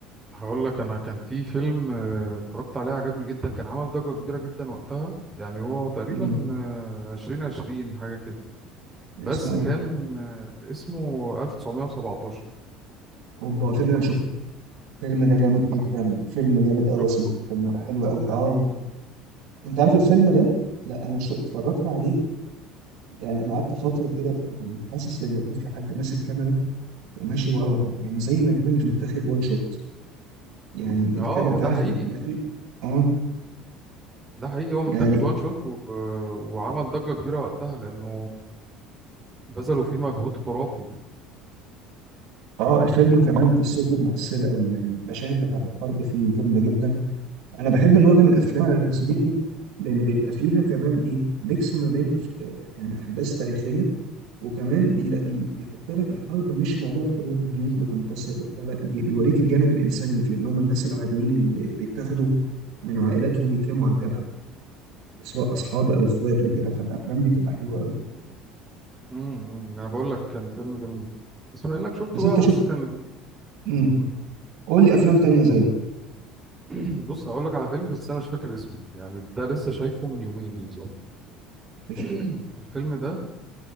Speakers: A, on the right; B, on the right.
A: هقول لك انا كان في فيلم آه، اتفرجت عليه عجبني جدا كان عمل ضجة كبيرة جدا وقتها يعني هو تقريبا
B: امم
A: آه، عشرين عشرين حاجة كده بس
B: اسمه ايه
A: كان آه، اسمه 1917
B: اوبا الفيلم ده انا شفته الفيلم ده جامد جدا فيلم جامد قوي
A: شفته
B: يا صديقي الفيلم ده حلو قوي
A: جميل
B: اه انت عارف الفيلم ده لا انا شو اتفرجت عليه يعني انا قعدت فتره كده يعني أنا حاسس لما يكون في حد ماسك كاميرا وماشي وراهم يعني زي ما يكون متاخد وان شوت يعني الكاميرا
A: اه
B: انت
A: ده
B: عارف
A: حقيقي
B: ما, ما في اه
A: ده حقيقي هو متاخد
B: يعني
A: وان شوت و... آه، وعمل ضجة كبيرة وقتها لأنه بذلوا فيه مجهود خرافي يعني
B: اه الفيلم كمان قصته مؤثره قوي يعني المشاهد بتاعت الحرب فيه جامده جدا انا بحب النوع ده من الافلام يا صديقي لان بيبقى فيها كمان ايه ميكس ما بين أف... يعني احداث تاريخيه وكمان بي... بي... بيحط لك الحرب مش موضوع حروب وجيوش بتنتصر وبتاع لا بيجي- بيوريك الجانب الانساني اللي فيها اللي هم الناس العاديين اللي بيتاخدوا من عائلاتهم يترموا على الجبهه سواء اصحاب او اخوات وكده فالافلام دي بتبقى حلوه قوي
A: امم انا بقول لك كان فيلم جميل بس بما انك شفته
B: بس انت
A: بقى بص
B: شوف
A: كان
B: امم
A: مم.
B: قول لي افلام تانية زي
A: <clears throat> بص هقول لك على فيلم بس انا مش فاكر اسمه يعني ده لسه شايفه من يومين بالظبط
B: قشطه
A: <clears throat> الفيلم ده